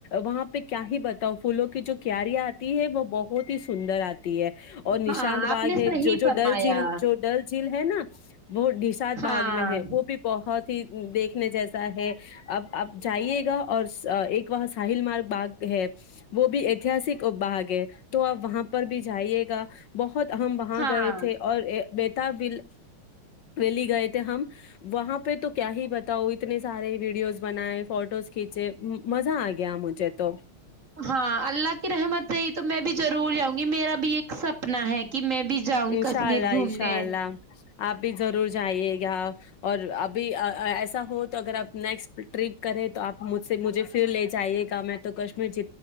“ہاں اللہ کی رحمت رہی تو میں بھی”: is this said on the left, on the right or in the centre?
Right